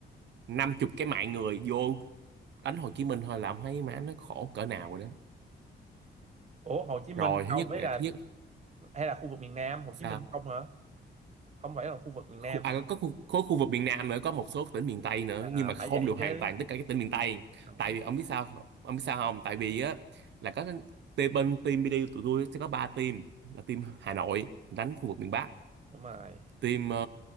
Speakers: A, on the right; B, on the right.
A: năm chục cái mạng người vô đánh Hồ Chí Minh thôi là ông thấy má nó khổ cỡ nào rồi đó
B: ủa Hồ Chí Minh
A: rồi
B: không
A: thứ nhất
B: ấy
A: nè
B: là
A: thứ nhất
B: hay là khu vực miền Nam Hồ
A: sao
B: Chí Minh không hả không phải là khu vực miền
A: khu,
B: Nam
A: à,
B: hả
A: có khu, có khu vực miền Nam nữa có một số tỉnh miền Tây nữa
B: à
A: nhưng mà không
B: phải vậy
A: được
B: chứ
A: hoàn toàn tất cả các tỉnh miền Tây
B: ừ,
A: tại vì ông biết sao không? ông biết sao không tại vì á là có team bên team BD của tụi tôi sẽ có 3 team là team Hà Nội đánh khu vực miền Bắc
B: đúng rồi
A: team ờ,